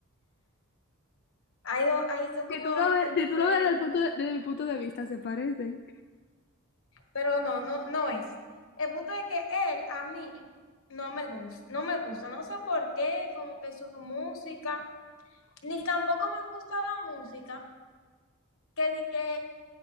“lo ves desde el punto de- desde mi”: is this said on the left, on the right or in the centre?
Left